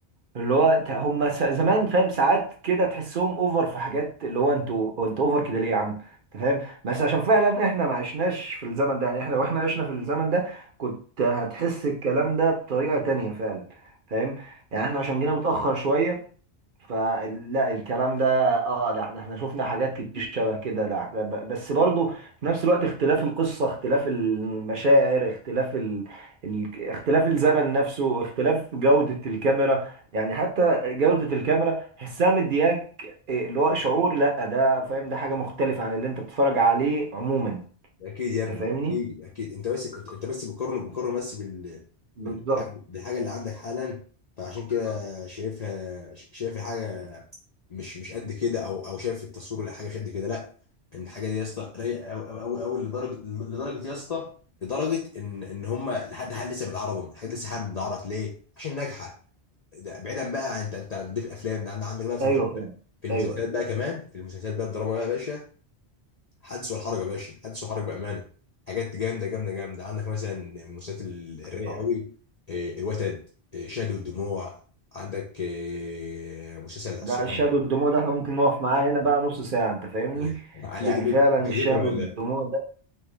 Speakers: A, on the right; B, on the left.
A: اللي هو ت- هم س- زمان فاهم ساعات كده تحسهم اوفر في حاجات اللي هو انتوا هو انتوا اوفر كده ليه يا عم انت فاهم بس عشان فعلا احنا ما عشناش في الزمن ده يعني احنا واحنا عشنا في الزمن ده كنت هتحس الكلام ده بطريقه تانية فعلا فاهم يعني احنا عشان جينا متاخر شويه فلا الكلام ده اه لا ده احنا شفنا حاجات كتير شبه كده لا ده ب- بس برضه في نفس الوقت اختلاف القصة اختلاف المشاعر اختلاف ال... ال... اختلاف الزمن نفسه اختلاف جودة الكاميرا يعني حتى جودة الكاميرا حسها مدياك إيه، اللي هو شعور لا ده فاهم ده حاجة مختلفة عن اللي انت بتتفرج عليه عموما
B: اكيد يا ابني
A: انت فاهمني؟
B: اكيد اكيد انت بس انت, انت بس بتقارن بتقارن بس بال
A: بالظبط
B: بالح- بالحاجه اللي عندك حالا فعشان كده شايفها شايف الحاجه مش مش قد كده او او شايف التصوير ولا حاجه مش قد كده لا ان الحاجه دي يا اسطى رايقه قوي قوي قوي قوي لدرجه لدرجه يا اسطى لدرجه ان ان هم لحد حال لسه بيتعرضوا الحاجات دي لسه حالا بتتعرض ليه؟ عشان ناجحه ده بعيدا بقى انت انت دي في الافلام ده عند- عندك بقى في
A: ايوه
B: المسلسلات
A: فاهم
B: في المسلسلات
A: ايوه ايوه
B: بقى كمان في المسلسلات بقى الدراما بقى يا باشا حدث والحرج يا باشا حدث والحرج بامانه حاجات جامده جامده جامده عندك مثلا من المسلسلات ال- الرايقه
A: اه
B: قوي الوتد آه، شهد والدموع عندك آه، مسلسل العصيان
A: لا الشهد والدموع ده احنا ممكن نقف معاه هنا بقى نص ساعة انت فاهمني
B: <laughs> عندك
A: يعني
B: ليك
A: فعلا
B: ليك
A: الشهد
B: ذكرى ولا
A: والدموع